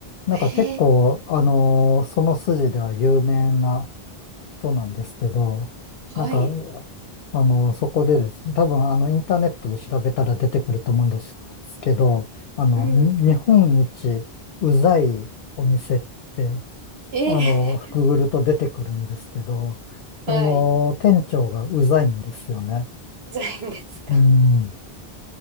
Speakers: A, on the left; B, on the right.
A: なんか結構、
B: えー、
A: あのーその筋では有名な人なんですけど、
B: はい。
A: なんか、あのーそこでですね、多分、あの、インターネットで調べたら出てくると思うんですけど、あの、
B: うん。
A: に日本一うざいお店って、
B: え
A: あのー、くぐると出てくるんですけど、その店長がうざいんですよね。
B: ー、<laughs> はい。じゃないいんですか。
A: うん。